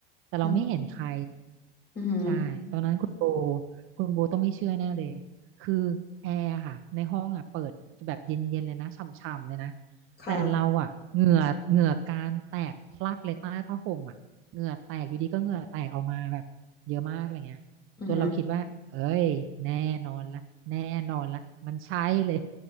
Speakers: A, on the right; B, on the left.
A: แต่เราไม่เห็นใคร
B: อืมอืมอืม
A: ใช่ ตอนนั้นคุณโบ คุณโบต้องไม่เชื่อแน่เลย คือแอร์อะค่ะ ในห้องอ่ะเปิดแบบเย็นๆเลยนะฉ่ำๆเลยนะ
B: ค่ะ
A: แต่เราอ่ะเหงื่อเหงื่อการแตกพลักเลยใต้ผ้าห่มอ่ะเหงื่อแตกอยู่ดีก็เหงื่อแตกออกมาแบบเยอะมากอะไรเงี้ยจนเราคิดว่าเอ้ยแน่นอนละแน่นอนละมันใช่เลย
B: อือห